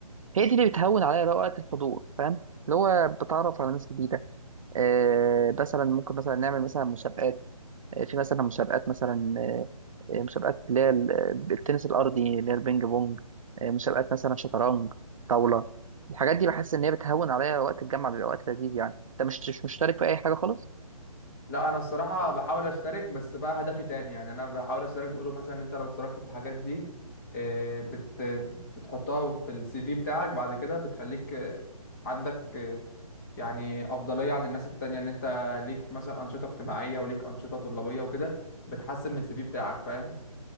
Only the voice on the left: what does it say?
لا انا الصراحه بحاول اشترك بس بقى هدفي تاني يعني انا بحاول اشترك بيقولوا مثلا انت لو اشتركت في الحاجات دي آه، بت بتحطها في السي في بتاعك بعد كده بتخليك آه، عندك آه، يعني افضليه عن الناس التانية ان انت ليك مثلا انشطه اجتماعيه وليك انشطه طلابيه وكده بتحسن من السي في بتاعك فاهم